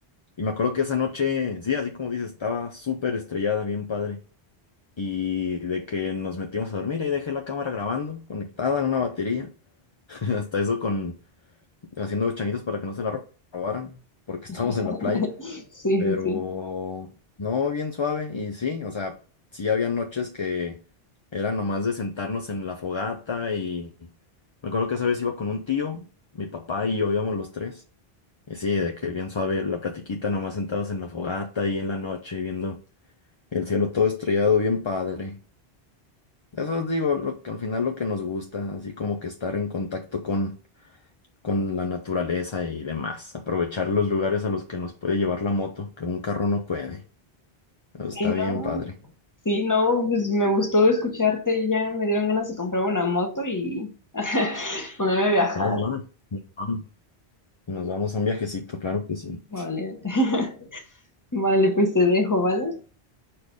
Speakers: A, on the left; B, on the left.
A: y me acuerdo que esa noche, sí, así como dices, estaba súper estrellada, bien padre. Y de que nos metimos a dormir y dejé la cámara grabando, conectada a una batería. <laughs> Hasta eso con haciendo changuitos para que no se la ro- robaran, porque estábamos
B: <laughs>
A: en la playa.
B: Sí,
A: Pero
B: sí, sí.
A: no, bien suave. Y sí, o sea, sí había noches que era nomás de sentarnos en la fogata. Y me acuerdo que esa vez iba con un tío, mi papá y yo íbamos los tres. Y sí, de que bien suave la platiquita, nomás sentados en la fogata y en la noche, viendo el cielo todo estrellado, bien padre. Eso es, digo, lo que al final lo que nos gusta, así como que estar en contacto con con la naturaleza y demás. Aprovechar los lugares a los que nos puede llevar la moto, que un carro no puede. Pero está
B: Sí,
A: bien,
B: no,
A: padre.
B: sí, no, pues me gustó escucharte y ya me dieron ganas de comprar una moto y <laughs> ponerme a viajar.
A: Va, va, nos vamos. Nos vamos a un viajecito, claro que sí.
B: Vale, <laughs> vale, pues te dejo, ¿vale?